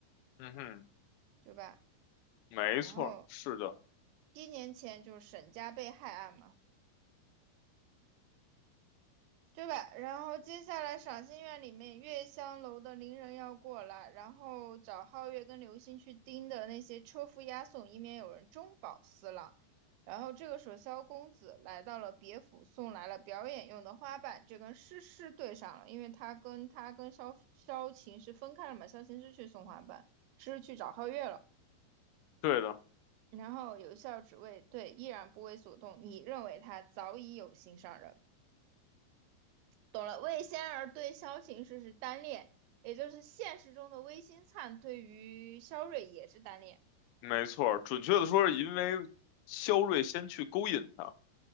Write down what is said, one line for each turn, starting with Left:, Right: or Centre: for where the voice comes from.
Left: 嗯哼，
Right: 对吧？
Left: 没错，
Right: 然后
Left: 是的，
Right: 一年前就是沈家被害案嘛，对吧？然后接下来赏心院里面月香楼的伶人要过来，然后找皓月跟流星去盯的那些车夫押送，以免有人中饱私囊。然后这个时候，萧公子来到了别府，送来了表演用的花瓣，这跟诗诗对上了，因为他跟他跟萧萧晴是分开了嘛，萧晴是去送花瓣，诗诗去找皓月了。
Left: 对的，
Right: 然后有笑只为对，依然不为所动。你认为他早已有心上人，懂了，魏仙儿对萧晴是是单恋，也就是现实中的魏新灿对于萧睿也是单恋。
Left: 没错，准确的说是因为肖睿先去勾引他。